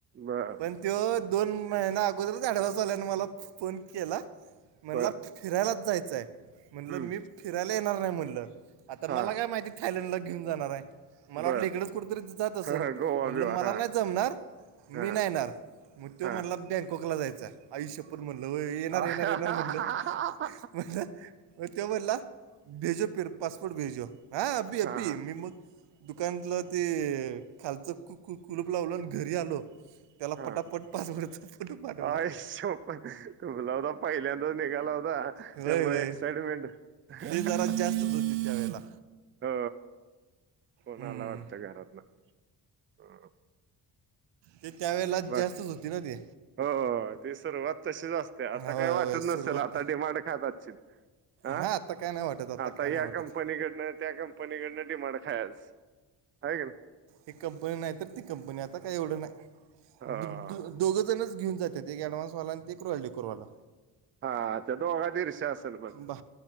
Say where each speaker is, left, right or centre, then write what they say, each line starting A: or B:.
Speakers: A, on the right (about 30°); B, on the right (about 70°).
A: बर,
B: आणि त दोन महिनाअगोदरच, डवान्सवाल्याने मला फोन केला, म्हणला
A: बर
B: फिरायलाच जायचं आहे म्हणलं,
A: हम्म
B: मी फिरायला येणार नाही म्हटलं, आता
A: हा
B: मला काय माहिती थायलंडला घेऊन जाणार आहे, मला
A: बर
B: वाटलं इकडेच कुठेतरी जात असल,
A: ह गोवा
B: म्हटलं
A: बिवा
B: मला
A: हा
B: नाही जमणार, मी
A: हा
B: नाही येणार, मग तो
A: हा
B: म्हणला, बँकॉकला जायचा आहे. आई शपत म्हणलं व्हय, येणार,
A: हा
B: येणार, येणार म्हणलं म्हटलं, म तो म्हण्टलं भेजो, फिर पासपोर्ट भेजो, हां अभी अबी
A: हा
B: मी मग दुकानतलं ते खालचं, कु कुलूप लावल, आणि घरी आलो, त्याला
A: हा,
B: पटापट पासवर्डचा फोटो पाठवला
A: आई शिपत गुलाब राव, पहिल्यांदाच निघालासा,
B: होय
A: त्यामुळे,
B: होय
A: एक्साइटमेंट, <unintelligible>
B: ते जरा जास्तच होती त्यावेळेला
A: ह फोन
B: हम्म.
A: आला वाटत, घरात ना ह,
B: ते त्यावेेळेला
A: बाकी
B: जास्तच होती ना ते.
A: हो ती सुरुवात तशीच असते आता
B: होय
A: काय वाटत
B: होय सुरुवात
A: नसेल आता डिमांड खातातची. हा
B: ना आता काय नाही वाटत
A: आता
B: काय
A: या
B: नाही वाटत
A: कंपनीकडनं त्या कंपनीकडनं डिमांड खायेस हाय का?
B: एक कंपनी नाही तर ती कंपनी आता काही एवढं नाही
A: हो.
B: दु द दोघंजणचं घेऊन जाते ते एक अँडवान्सवाला आणि ते एक रॉयल डेकोरवाला
A: हा त्या दोघात ईर्ष्या असेल मग.
B: बा